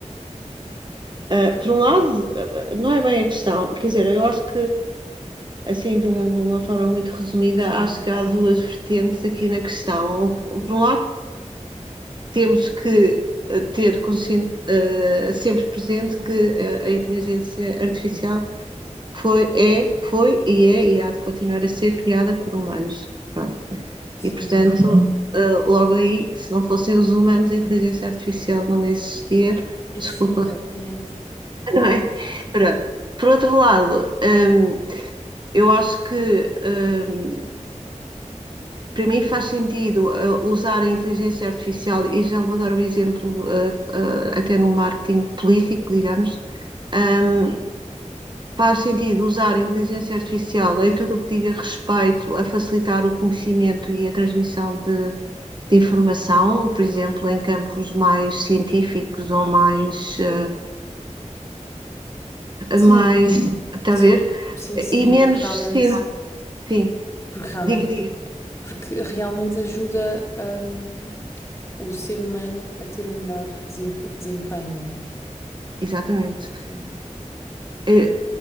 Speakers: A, on the right; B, on the left.
A: ah, por um lado, ah, não é bem a questão. Quer dizer, eu acho que, assim, de, um- de uma forma muito resumida,
B: Sim,
A: acho que há duas vertentes aqui na questão. Por um lado, temos que eh, ter consciente, uh, sempre presente que a, a inteligência artificial foi, é, foi e é e há de continuar a ser criada por humanos. Pronto.
B: sim.
A: E, portanto, uh, logo aí, se não fossem os humanos, a inteligência artificial não existia.
B: É,
A: Desculpa,
B: sim, exatamente.
A: <laughs> não é? Pronto. Por outro lado, um, eu acho que um, para mim faz sentido uh, usar a inteligência artificial, e já vou dar um exemplo uh, uh, até no marketing político, digamos, um, faz sentido usar a inteligência artificial em tudo o que diga respeito a facilitar o conhecimento e a transmissão de, de informação, por exemplo, em campos mais científicos ou mais. Uh,
B: Sim,
A: mais está
B: sim,
A: a ver?
B: sim, sim,
A: E menos.
B: porque realmente,
A: Sim, sim.
B: porque realmente,
A: Diga, diga.
B: porque realmente ajuda, hum, o ser humano a ter um melhor desempe- desempenho, não é?
A: Exatamente.
B: Sim.
A: Eh,